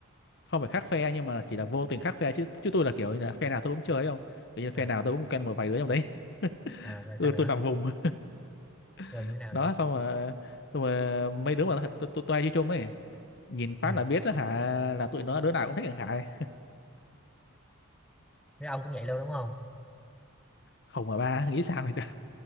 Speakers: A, on the left (about 50°); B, in the centre.
A: không phải khác phe nhưng mà chỉ là vô tình khác phe chứ chứ tôi là kiểu như là phe nào tôi cũng chơi ấy không kiểu như phe
B: À,
A: nào tôi cũng quen một vài đứa trong đấy
B: à,
A: <laughs>
B: rồi sao
A: tôi,
B: nữa?
A: tôi nằm vùng
B: Rồi
A: <laughs>
B: như thế nào
A: đó
B: nữa?
A: xong rồi xong rồi mấy đứa mà thật- tôi tôi tôi hay chơi chung ấy nhìn phát
B: Ừ.
A: là biết đó hả là tụi nó đứa nào cũng thích thằng Khải
B: Thế ông cũng vậy luôn đúng không?
A: không mà ba nghĩ sao vậy trời?